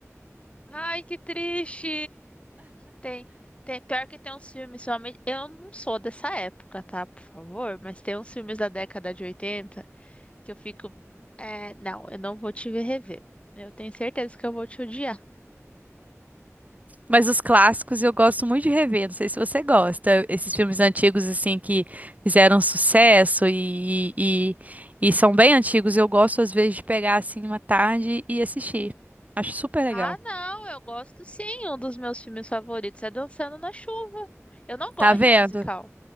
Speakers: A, on the left; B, on the right.
A: Ai, que triste! Tem, tem, pior que tem uns filmes, somente, eu não sou dessa época, tá? Por favor, mas tem uns filmes da década de 80 que eu fico, é, não, eu não vou te ver rever. Eu tenho certeza que eu vou te odiar.
B: Mas os clássicos eu gosto muito de rever. Não sei se você gosta. Esses filmes antigos, assim, que fizeram sucesso e, e, e são bem antigos, eu gosto, às vezes, de pegar, assim, uma tarde e assistir. Acho super legal.
A: Ah, não, eu gosto sim. Um dos meus filmes favoritos é Dançando na Chuva. Eu não gosto
B: Tá vendo?
A: de musical.